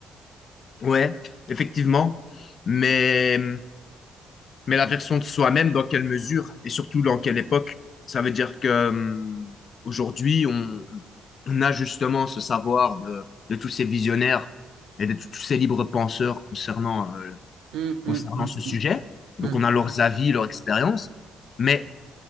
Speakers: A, on the left (about 50°); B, on the right (about 80°).
A: Ouais, effectivement. Mais mais la version de soi-même, dans quelle mesure et surtout dans quelle époque? Ça veut dire que hum, aujourd'hui, on, on a justement ce savoir de, de tous ces visionnaires et de tous ces libres penseurs concernant, euh,
B: Hum,
A: concernant
B: hum, hum,
A: ce sujet.
B: hum,
A: Donc,
B: hum,
A: on a leurs avis, leur expérience. Mais